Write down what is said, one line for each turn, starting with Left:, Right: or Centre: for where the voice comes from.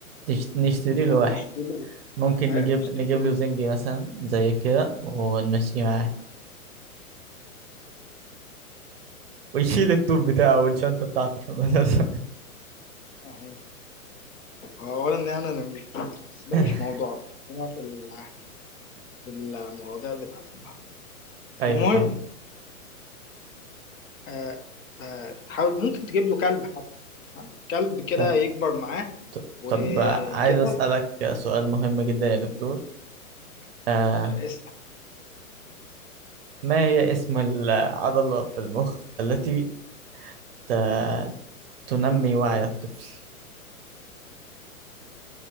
Right: تش- نشتري
Left: ممكن
Right: له واحد
Left: تشتري له
Right: ممكن
Left: حقيقة
Right: نجيب
Left: مش
Right: نجيب
Left: تشتري له
Right: له زنجي مثلا زي كده ونمشيه معاه ويشيل التوب بتاعه والشنطة بتاعته في المدرسة
Left: أهو. هو اولا يعني انا مش بس ده
Right: <laughs>
Left: مش موضوعنا خلينا في ال- في المواضيع بتاعت النهارده
Right: ايوه
Left: المهم
Right: طبعا
Left: آه آه، تحاول ممكن تجيب له كلب حتى ها؟ كلب كده
Right: طب
Left: يكبر معاه
Right: طب
Left: وكده
Right: طب آه، عايز اسالك سؤال مهم جدا يا دكتور آه
Left: آه اسمع
Right: ما هي اسم العضله في المخ التي آه، تنمي وعي الطفل